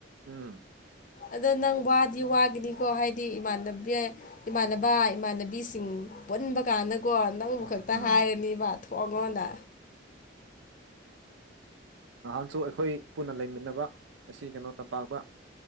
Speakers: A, on the right; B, on the left.
A: ꯎꯝ
B: ꯑꯗꯣ ꯅꯪ ꯋꯥꯗꯤ ꯋꯥꯒꯅꯤꯀꯣ ꯍꯥꯏꯗꯤ ꯏꯃꯥꯟꯅꯕꯤ ꯏꯃꯥꯟꯅꯕ ꯏꯃꯥꯟꯅꯕꯤꯁꯤꯡ ꯄꯨꯟꯕ ꯀꯥꯟꯗ ꯀꯣ ꯅꯪꯕꯨ ꯈꯛꯇ
A: ꯎꯝ
B: ꯍꯥꯏꯔꯅꯤꯕ ꯊꯣꯛꯑꯉꯣꯟꯗ
A: ꯅꯍꯥꯟꯁꯨ ꯑꯩꯈꯣꯏ ꯄꯨꯟꯅ ꯂꯩꯃꯤꯟꯅꯕ ꯑꯁꯤ ꯀꯩꯅꯣ ꯇꯝꯄꯥꯛꯄ